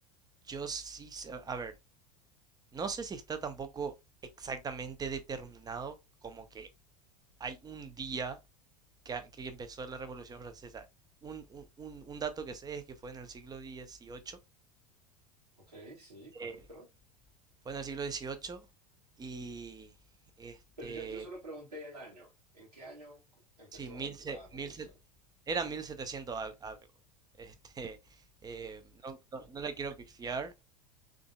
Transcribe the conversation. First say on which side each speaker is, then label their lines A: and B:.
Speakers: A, on the right (about 20°); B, on the right (about 85°).
A: Yo sí, sé- a ver. No sé si está tampoco exactamente determinado como que hay un día que, a- que empezó la Revolución Francesa. Un, un- un- un dato que sé es que fue en el siglo XVIII.
B: Ok, sí, correcto.
A: Eh, Fue en el siglo XVIII y este,
B: Pero yo, yo solo pregunté el año. ¿En qué año empezó
A: sí, mil,
B: la
A: se-
B: revolución?
A: mil se- era 1700 al- algo. Este, <laughs> eh, no, no, no la quiero pifiar